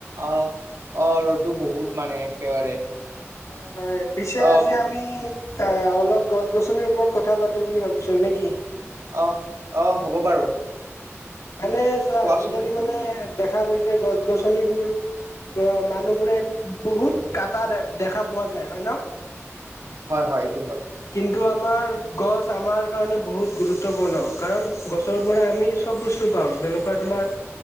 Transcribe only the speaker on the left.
হয় হয় পিছে
আজি আমি অ অলপ গছ গছনিৰ ওপৰত কথা পাতো বুলি ভাবিছো নে কি?
মানে চোৱা
আজিকালি মানে দেখা গৈছে গছ গছনিবোৰ অ মানুহবোৰে বহুত কাটা দে দেখা পোৱা যায় হয় ন।
কিন্তু আমাৰ গছ আমাৰ কাৰণে বহুত গুৰুত্বপূৰ্ণ কাৰণ গছৰ পৰা আমি চব বস্তু পাওঁ জেনেকা তোমাৰ